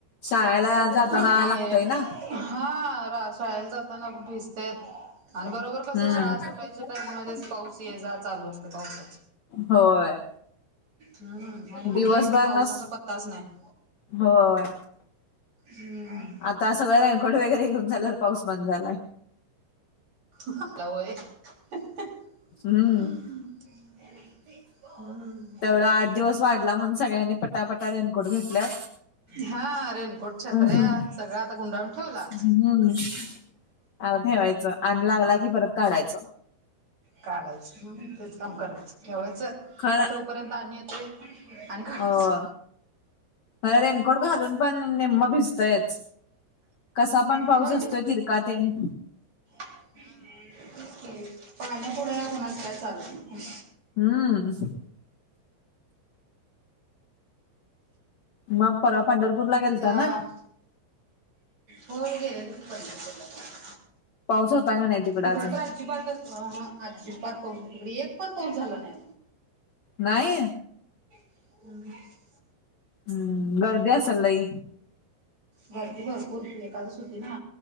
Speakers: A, on the left; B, on the right.
A: शाळेला जाताना
B: आणि
A: लागतय ना
B: हा शाळेला जात ताना भिजत्यात आणि बरोबर कस
A: हम्म
B: शाळा सुटायच्या टाइम मध्येच पाऊस ये जा चालू असते पावसाची
A: होय.
B: हम्म आणि कुठलं
A: दिवसभर
B: इथ पावसाचा
A: नस
B: पत्ताच नाही
A: होय.
B: हम्म.
A: आता सगळं रेनकोट वगैरे घेऊन झाल्यावर पाऊस बंद झालाय
B: <unintelligible>
A: हम्म
B: हम्म.
A: बर आठ दिवस वा लांबून सगळ्यांनी पट पटा पटा रेनकोट घेतलेत
B: हा रेनकोट छत्र्या
A: हा
B: सगळ आता गुंडाळून ठेवला
A: हम्म आता ठेवायचं आणि लागला की परत काढायचं
B: काढायच तेच काम करायच ठेवायचं
A: खर
B: ठेवपर्यंत पाणी येतंय आणि काढायचं
A: हो म्हणा रेनकोट घालून पण निेम्म भिजतयच कसा पण पाऊस
B: होय
A: असतोय तिरकातन
B: <unintelligible> पाण्यापुढ कुणाच काय चालत नाही.
A: हम्म. मग परवा पंढरपूरला गेलता
B: तर
A: ना.
B: होय गेले की पंढरपूरला पण
A: पाऊस होता का नाही
B: तिकड
A: अजून
B: तर अजिबातच अजिबात तों तिकडे एक पण पाऊस झाला नाही.
A: नाही.
B: ह् ह. <unintelligible>
A: हम्म गर्दी असल लई.
B: गर्दी भरपूर एकादस होती ना